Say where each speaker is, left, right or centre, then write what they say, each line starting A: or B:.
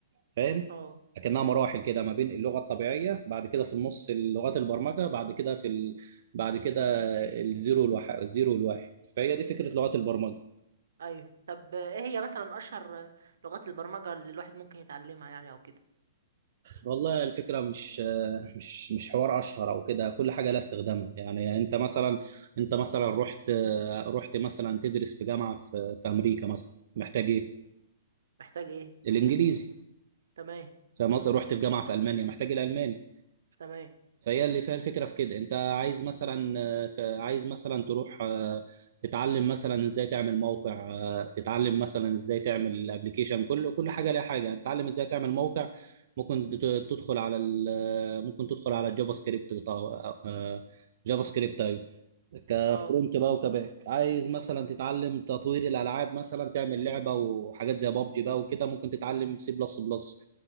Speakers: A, on the right; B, on the right.
A: فاهم
B: اه
A: لكنها مراحل كده ما بين اللغه الطبيعيه بعد كده في النص لغات البرمجه بعد كده في ال... بعد كده الزيرو والواحد الزيرو والواحد فهي دي فكره لغات البرمجه
B: ايوه طب ايه هي مثلا اشهر لغات البرمجه اللي الواحد ممكن يتعلمها يعني او كده
A: والله الفكرة مش مش مش حوار أشهر أو كده كل حاجة لها استخدامها يعني أنت مثلا أنت مثلا رحت رحت مثلا تدرس في جامعة في, في أمريكا مثلا محتاج إيه؟
B: محتاج ايه
A: الإنجليزي
B: تمام
A: فمثلا رحت في جامعة في ألمانيا محتاج الألماني
B: تمام
A: فهي اللي فيها الفكرة في كده انت عايز مثلا آه، ت- عايز مثلا تروح آه، تتعلم مثلا ازاي تعمل موقع آه، تتعلم مثلا ازاي تعمل ابلكيشن كل كل حاجة ليها حاجة تتعلم ازاي تعمل موقع ممكن تت- تدخل على ال- ممكن تدخل على الجافا سكريبت بتاع- آه، جافا سكريبت ايوه كفرونت
B: اه
A: بقى وكباك عايز مثلا تتعلم تطوير الالعاب مثلا تعمل لعبه وحاجات زي بابجي بقى وكده ممكن تتعلم سي بلس بلس